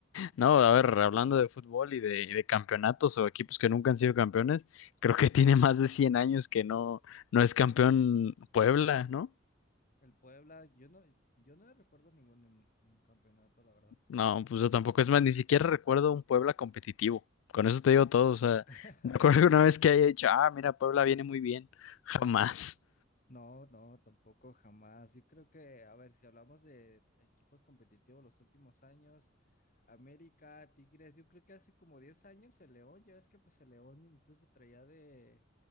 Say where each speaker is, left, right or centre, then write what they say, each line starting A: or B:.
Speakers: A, on the left; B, on the left.
A: No, a ver, hablando de fútbol y de, y de campeonatos o equipos que nunca han sido campeones, creo que tiene más de 100 años que no, no es campeón Puebla, ¿no?
B: El Puebla, yo no, yo no recuerdo ningún en un campeonato, la verdad.
A: No, pues yo tampoco. Es más, ni siquiera recuerdo un Puebla competitivo. Con eso te digo todo. O sea,
B: <laughs>
A: <laughs> recuerdo una vez que haya dicho, ah, mira, Puebla viene muy bien. Jamás.
B: No, no, tampoco jamás. Yo creo que, a ver, si hablamos de equipos competitivos los últimos años, América, Tigres, yo creo que hace como 10 años el León, ya es que pues el León incluso traía de,